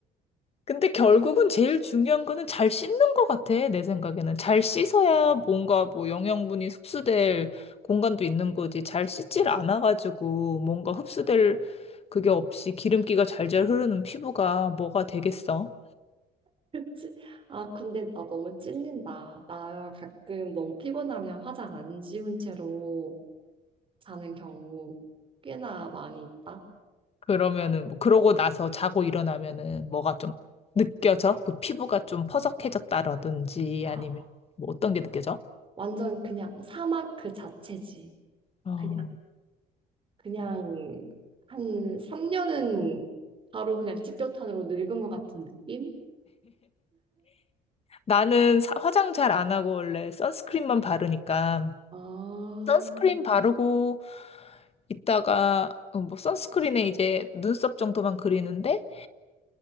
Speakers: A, on the left; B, on the right.
A: 근데 결국은 제일 중요한 거는 잘 씻는 것 같아, 내 생각에는. 잘 씻어야 뭔가 뭐 영양분이 흡수될 공간도 있는 거지. 잘 씻질 않아가지고 뭔가 흡수될 그게 없이 기름기가 잘 잘 흐르는 피부가 뭐가 되겠어?
B: <laughs> 그치. 아, 근데 나 너무 찔린다. 나 가끔 너무 피곤하면 화장 안 지운 채로 자는 경우 꽤나 많이 있다.
A: 그러면은, 뭐 그러고 나서 자고 일어나면은 뭐가 좀 느껴져? 그 피부가 좀 퍼석해졌다라든지
B: 아,
A: 아니면 뭐 어떤 게 느껴져?
B: 완전 그냥 사막 그 자체지.
A: 어.
B: 그냥 그냥 한 3년은 바로 그냥 직격탄으로 늙은 것 같은 느낌?
A: 나는 사- 화장 잘 안 하고 원래 선스크림만 바르니까
B: 아,
A: 선스크림 바르고 이따가 어, 뭐 선스크린에 이제 눈썹 정도만 그리는데